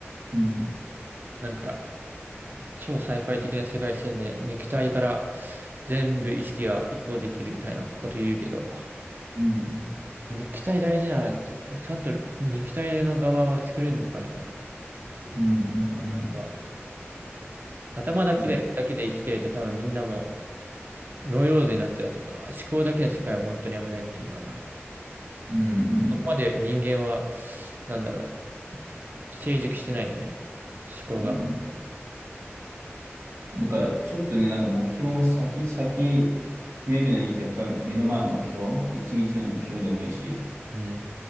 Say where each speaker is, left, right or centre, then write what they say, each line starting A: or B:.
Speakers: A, on the right; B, on the right.
A: うん
B: なんか、超サイファイ的な世界線で肉体から全部意識が移行できるみたいなこと言うけど、
A: うん
B: 肉体大事だなっていう、えちゃんと肉体の側は作れるのかみたいな感
A: うんう
B: 覚は。
A: ん
B: 頭だけで、
A: うんうん
B: だけで生きてると多分みんなもノイローゼになっちゃうというか、思考だけの世界は本当に危ないっていうか、
A: うんうんうん
B: そこまで人間は、なんだろう、成熟してないよね。思考が。
A: うんうんだからちょっとね、なんか目標を先、先決めるのいいけど、やっぱり目の前の目標、一日の目標でもいいし、
B: うん、